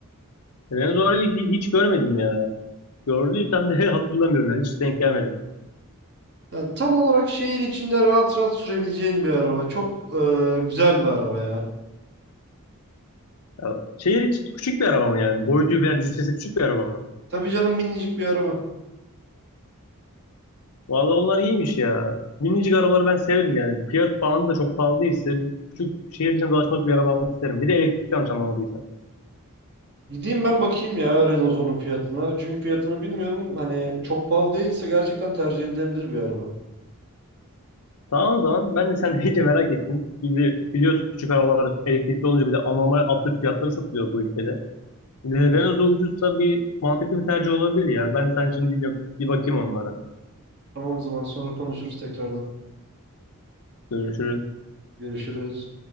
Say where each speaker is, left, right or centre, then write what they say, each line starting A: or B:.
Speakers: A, on the left; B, on the right.
A: Renault'u orayı hi- hiç görmedim ya. Gördüysem de <laughs> hatırlamıyorum yani hiç denk gelmedim.
B: Yani tam olarak şehir içinde rahat rahat sürebileceğin bir araba. Çok e, güzel bir araba ya.
A: Ya, şehir için küçük bir araba mı yani? Boyutu falan cüssesi küçük bir araba mı?
B: Tabii canım minicik bir araba.
A: Valla onlar iyiymiş ya. Minicik arabaları ben severim yani. Fiyat pahalı da çok pahalı değilse küçük şehir için dolaşmak bir araba almak isterim. Bir de elektrikli yanlış anlamadıysa.
B: Gideyim ben bakayım ya Renault Zoe'nun fiyatına. Çünkü fiyatını bilmiyorum. Hani çok pahalı değilse gerçekten tercih edilebilir bir araba.
A: Tamam o zaman ben de sen <laughs> deyince merak ettim. Bili- Biliyorsun küçük arabalar elektrikli olunca bir de anormal absürt fiyatları satılıyor bu ülkede. Bir de Renault'u ucuzsa bir mantıklı bir tercih olabilir ya. Ben sen şimdi bir bir bakayım onlara.
B: Tamam o zaman sonra konuşuruz tekrardan.
A: Görüşürüz.
B: Görüşürüz.